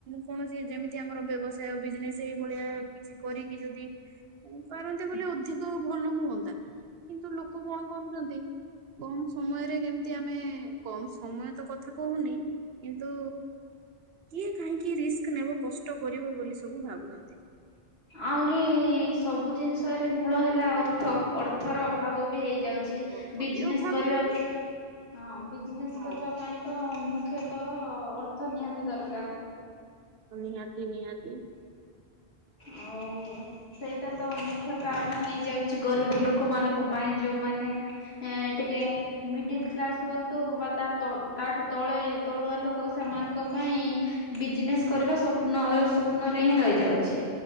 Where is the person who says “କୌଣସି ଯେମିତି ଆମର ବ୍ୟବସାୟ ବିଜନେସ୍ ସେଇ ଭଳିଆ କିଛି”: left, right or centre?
Right